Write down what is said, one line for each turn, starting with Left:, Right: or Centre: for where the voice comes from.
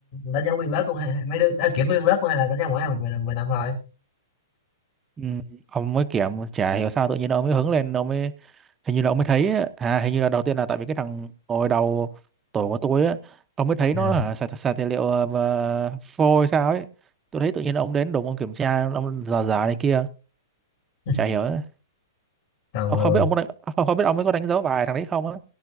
Left: đánh dấu nguyên lớp luôn hay mấy đứa à, kiểm nguyên lớp luôn hay là đánh dấu mỗi ai mình mình mình làm thôi
Right: ừ, ông mới kiểm chả hiểu sao tự nhiên ông mới hứng lên ông mới hình như là ông mới thấy á, à hình như là đầu tiên là tại vì cái thằng ngồi đầu tổ của tôi á ông mới thấy
Left: ừ.
Right: nó hả xài, xài tài liệu ờ, và phôi hay sao ấy tôi thấy tự nhiên ông đến đồn ông kiểm tra ông dò dò này kia
Left: <laughs>
Right: chả hiểu á.
Left: xong
Right: Ông
Left: luôn
Right: không biết ông có đánh, không, không biết ông mới có đánh dấu bài thằng đấy không á